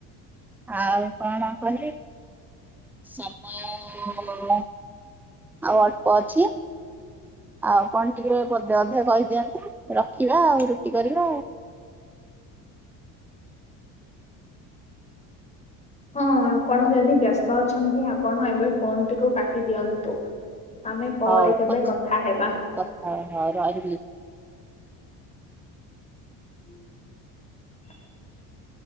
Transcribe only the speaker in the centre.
ଆଉ କଣ କହିବି? ସମୟ ଆଉ ଅଳ୍ପ ଅଛି। ଆଉ କଣ ଟିକେ ପଦେ ଅଧେ କହିଦିଅନ୍ତୁ ରଖିବା ଆଉ ରୁଟି କରିବା।
ହଉ
ପଛେ
କଥା ହବା ହଉ ରହିଲି।